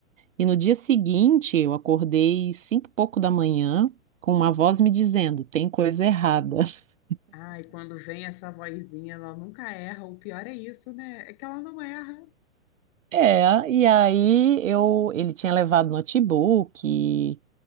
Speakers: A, on the right (about 70°); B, on the left (about 40°).
A: E no dia seguinte, eu acordei cinco e pouco da manhã com uma voz me dizendo, tem coisa errada. <laughs>
B: Ai, quando vem essa vozinha, ela nunca erra. O pior é isso, né? É que ela não erra.
A: É, e aí eu, ele tinha levado notebook, e